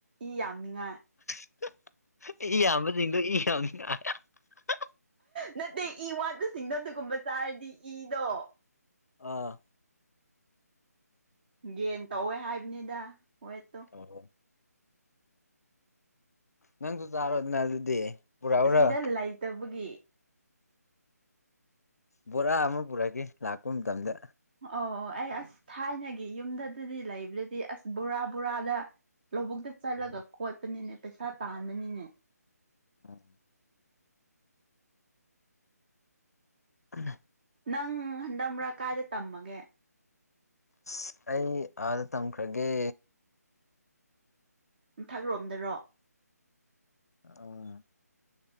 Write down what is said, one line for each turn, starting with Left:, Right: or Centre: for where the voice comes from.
Right: ꯏ ꯌꯥꯝꯅꯤꯡꯉꯥꯏ
Left: <unintelligible>
Right: ꯅꯠꯇꯦ ꯏ ꯋꯥꯠꯄꯁꯤꯡꯗꯣ ꯑꯗꯨꯒꯨꯝꯕ ꯆꯥꯔꯗꯤ ꯏꯗꯣ
Left: ꯑꯥ
Right: ꯒꯦꯟ ꯇꯧꯋꯦ ꯍꯥꯏꯕꯅꯤꯗ ꯋꯦꯠꯇꯣ
Left: ꯑꯣ ꯅꯪꯁꯨ ꯆꯑꯔꯗꯅ ꯑꯗꯨꯗꯤ ꯄꯨꯔꯛꯎꯔꯣ
Right: ꯑꯁꯤꯗ ꯂꯩꯇꯕꯒꯤ
Left: ꯕꯣꯔꯥ ꯑꯃ ꯄꯨꯔꯛꯀꯦ ꯂꯥꯛꯄ ꯃꯇꯝꯗ
Right: ꯑꯣ ꯑꯣ ꯑꯩ ꯑꯁ ꯊꯥꯏꯅꯒꯤ ꯌꯨꯝꯗꯗꯄꯗꯤ ꯂꯩꯕꯗꯗꯤ ꯑꯁ ꯕꯣꯔꯥ ꯕꯣꯔꯥꯗ ꯂꯧꯕꯨꯛꯇ ꯆꯠꯂꯒ
Left: ꯎꯝ
Right: ꯈꯣꯠꯄꯅꯤꯅꯦ ꯄꯩꯁꯥ ꯇꯥꯟꯕꯅꯤꯅꯦ
Left: ꯑꯝ ꯑꯗ <inaudible>
Right: ꯅꯪ ꯍꯟꯗꯝꯔꯛ ꯀꯥꯏꯗ ꯇꯝꯃꯒꯦ
Left: ꯑꯁ ꯑꯩ ꯑꯥꯗ ꯇꯝꯈ꯭ꯔꯒꯦ
Right: ꯊꯛ ꯔꯣꯝꯗꯔꯣ
Left: ꯎꯝ